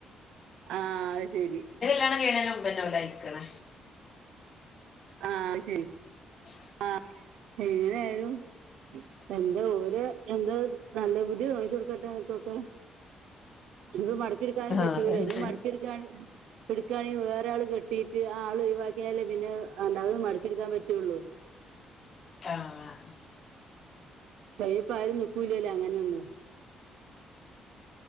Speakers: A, on the right; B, on the left.
A: ആ അഹ്സെരി
B: ഇന്റെ കല്യാണം കയ്യിണേന്റെ മുമ്പന്നെ ഓലയ്ക്ക്ണ്.
A: ആഹാ അയ്ശെരി
B: ഉ
A: ആഹാ എങ്ങനായാലും എന്തെ ഓല് എന്താ നല്ല ബുദ്ധി തോന്നിച്ചൊട്ക്കട്ടെ ഓൽക്കൊക്കെ ഇഞ്ഞ്പ്പം മട്ക്കിട്ക്കാനും
B: ആഹ്
A: പറ്റൂലേ
B: അതന്നെ
A: ഇഞ്ഞ് മട്ക്കിട്ക്കാണെ ഇട്കാണെങ്കി വേറാള് കെട്ടിട്ട് ആ ആളൊഴിവാക്കിയാലല്ലേ പിന്നെ രണ്ടാമത് മട്ക്കിട്ക്കാൻ പറ്റൊള്ളു
B: ആഹ
A: അയ്ന്പ്പം ആരും നിക്കൂല്ല്യല്ലോ അങ്ങനൊന്നും